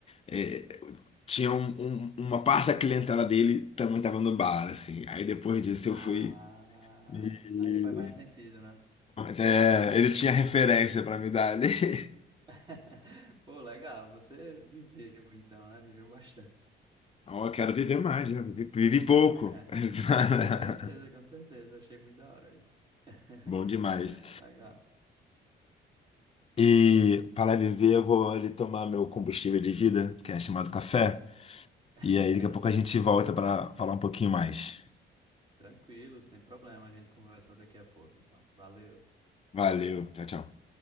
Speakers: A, on the left; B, on the right.
A: é, tinha um- um- uma parte da clientela dele também estava no bar, assim. Aí depois disso eu
B: Ah,
A: fui. E-
B: aí faz mais sentido, né?
A: É, ele tinha referência pra me dar ali. <laughs>
B: <laughs> Pô, legal, você viveu então, né? Viveu bastante.
A: Ó, eu quero viver mais, né? Vivi, vivi pouco.
B: <laughs>
A: <laughs>
B: Com certeza, com certeza. Achei muito da hora isso. <laughs>
A: Bom demais.
B: Legal.
A: E para viver, eu vou ali tomar meu combustível de vida, que é chamado café.
B: <laughs>
A: E aí, daqui a pouco a gente volta para falar um pouquinho mais.
B: Tranquilo, sem problema. A gente conversa daqui a pouco, então. Valeu.
A: Valeu, tchau, tchau.